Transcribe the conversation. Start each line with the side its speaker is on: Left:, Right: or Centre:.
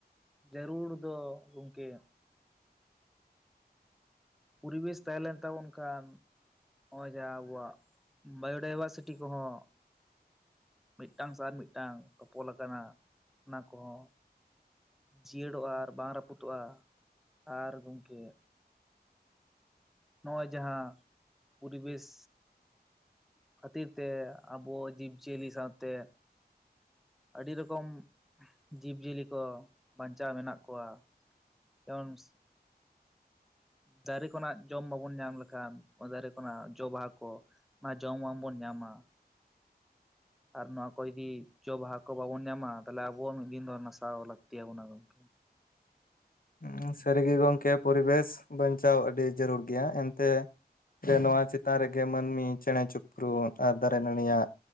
Centre: ᱡᱟᱹᱨᱩᱲ ᱫᱚ ᱜᱚᱝᱠᱮ ᱯᱚᱨᱤᱵᱮᱥ ᱛᱟᱦᱮᱸ ᱞᱮᱱ ᱛᱟᱵᱚᱱ ᱠᱷᱟᱱ ᱦᱚᱜᱼᱚᱭ ᱡᱟᱦᱟ ᱟᱵᱚᱣᱟᱜ ᱵᱟᱭᱳᱰᱟᱭᱵᱷᱟᱨᱥᱤᱴᱤ ᱠᱚᱦᱚᱸ ᱢᱤᱫᱴᱟᱝ ᱥᱟ ᱟᱨ ᱢᱤᱫᱴᱟᱝ ᱛᱚᱯᱚᱞ ᱟᱠᱟᱱᱟ ᱚᱱᱟ ᱠᱚᱦᱚᱸ ᱡᱤᱭᱟᱹᱲᱚᱜᱼᱟ ᱟᱨ ᱵᱟᱝ ᱨᱟᱹᱯᱩᱛᱚᱜᱼᱟ ᱾ ᱟᱨ ᱜᱚᱝᱠᱮ ᱱᱚᱜᱼᱚᱭ ᱡᱟᱦᱟᱸ ᱯᱚᱨᱤᱵᱮᱥ ᱠᱷᱟᱹᱛᱤᱨ ᱛᱮ ᱟᱵᱚ ᱡᱤᱵᱽᱼᱡᱤᱭᱟᱹᱞᱤ ᱥᱟᱶᱛᱮ ᱟᱹᱰᱤ ᱨᱚᱠᱚᱢ ᱡᱤᱵᱽ ᱡᱤᱭᱟᱹᱞᱤ ᱠᱚ ᱵᱟᱧᱪᱟᱣ ᱢᱮᱱᱟᱜ ᱠᱚᱣᱟ ᱾ ᱪᱟᱱᱥ ᱫᱟᱨᱮ ᱠᱷᱚᱱᱟᱜ ᱡᱚᱢ ᱵᱟᱵᱚᱱ ᱧᱟᱢ ᱞᱮᱠᱷᱟᱱ ᱚ ᱫᱟᱨᱮ ᱠᱷᱚᱱᱟᱜ ᱡᱚ ᱵᱟᱦᱟ ᱠᱚ ᱚᱱᱟ ᱡᱚᱢᱟᱢ ᱵᱚᱱ ᱧᱟᱢᱟ ᱾ ᱟᱨ ᱱᱚᱣᱟ ᱠᱚ ᱡᱩᱫᱤ ᱡᱚ ᱵᱟᱦᱟ ᱠᱚ ᱵᱟᱵᱚᱱ ᱧᱟᱢᱟ ᱛᱟᱦᱚᱞᱮ ᱟᱵᱚᱣᱟᱜ ᱢᱤᱫ ᱫᱤᱱ ᱫᱚ ᱱᱟᱥᱟᱣ ᱞᱟᱹᱠᱛᱤᱭᱟ ᱵᱚᱱᱟ ᱜᱚᱝᱠᱮ ᱾
Left: ᱦᱩᱸ ᱥᱟᱹᱨᱤᱜᱮ ᱜᱚᱝᱠᱮ ᱯᱚᱨᱤᱵᱮᱥ ᱵᱟᱧᱪᱟᱣ ᱟᱹᱰᱤ ᱡᱟᱨᱩᱲ ᱜᱮᱭᱟ, ᱮᱱᱛᱮ ᱜᱮ ᱱᱚᱣᱟ ᱪᱮᱛᱟᱨ ᱨᱮᱜᱮ ᱢᱟᱱᱢᱤ ᱪᱮᱬᱮ ᱪᱩᱯᱨᱩᱫ ᱟᱨ ᱫᱟᱨᱮ ᱱᱟᱬᱤᱭᱟᱜ